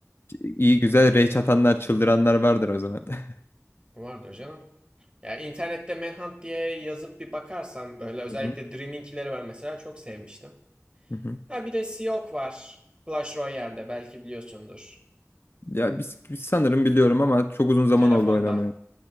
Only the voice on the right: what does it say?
Vardır canım. Yani internette Manhunt diye yazıp bir bakarsam böyle özellikle
Dreaming'leri ben mesela çok sevmiştim.
Ha bir de Siok var. Clash Royale'de belki biliyorsundur.
Telefonda.